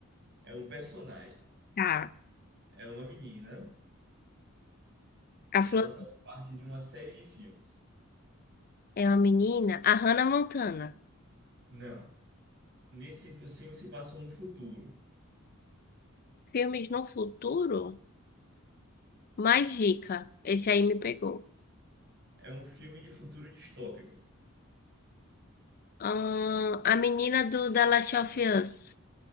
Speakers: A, on the right; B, on the left.
A: É um personagem,
B: Tá.
A: é uma menina,
B: A
A: e
B: Flor
A: ela faz parte de uma série de filmes.
B: é uma menina. A Hannah Montana.
A: Não, nesse, os filmes se passam no futuro.
B: Filmes no futuro? Mais dica. Esse aí me pegou.
A: É um filme de futuro distópico.
B: Ahn, a menina do The Last of Us.